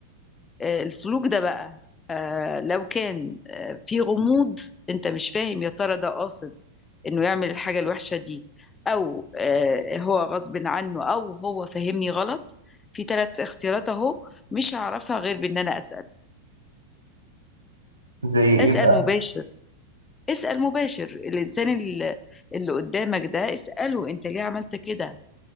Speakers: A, on the left; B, on the right.
A: آه، السلوك ده بقى آه، لو كان آه، في غموض انت مش فاهم يا ترى ده قاصد انه يعمل الحاجة الوحشة دي او آه، هو غصب عنه او هو فاهمني غلط في ثلاث اختيارات اهو مش هعرفها غير بان انا اسأل
B: زي ايه
A: اسأل
B: بقى
A: مباشر اسأل مباشر الانسان اللي اللي قدامك ده اسأله انت ليه عملت كده